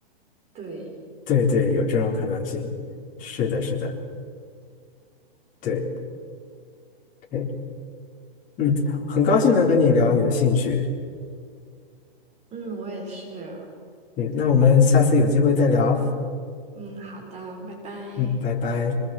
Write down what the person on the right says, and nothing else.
对，
嗯，我也是。
嗯，好的，拜拜。